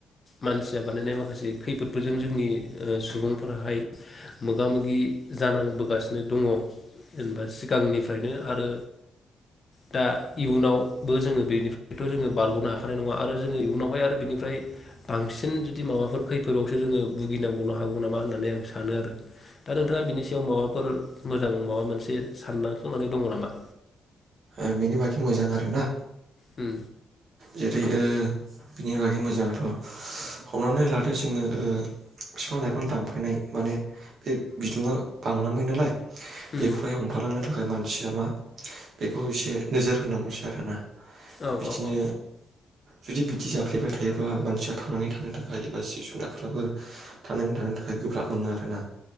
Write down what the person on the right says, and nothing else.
ओ बेनि बाखि मोजां आरोना
जेरै ओ बिनि बागै मोजाङाथ' हमनानै लादो जोङो ओ फिफां -लाइफां दानफायनाय माने बे बिदुङा बांनांबाय नालाय
बेखौहाय हमथालाङो थाखाय मानसिया मा बेखौ एसे नोजोर होनांगौसै आरोना बिदिनो
जुदि बिदि जाफ्लेबाय थायोब्ला मानसिया थांनानै थानो थाखाय एबा जिब- जुनारफ्राबो थांनानै थानो थाखाय गोब्राब मोनो आरोना